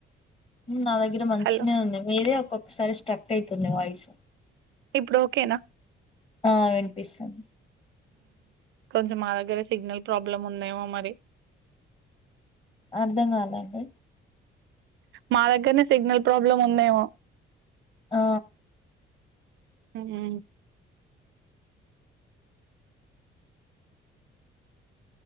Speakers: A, on the left (about 30°); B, on the right (about 70°).
A: నా దగ్గర మంచిినె
B: హలో
A: ఉంది మీరే ఒక్కొక్కసారి స్ట్రక్ అయితుంది వాయిస్
B: ఇప్పుడు ఓకేన
A: ఆ విన్పిస్తుంది
B: కొంచెం మా దగ్గర సిగ్నల్ ప్రాబ్లమ్ ఉందేమో మరి
A: అర్ధం కాదండి
B: మా దగ్గర్నే సిగ్నల్ ప్రాబ్లమ్ ఉందేమో
A: ఆ
B: ఉ ఊమ్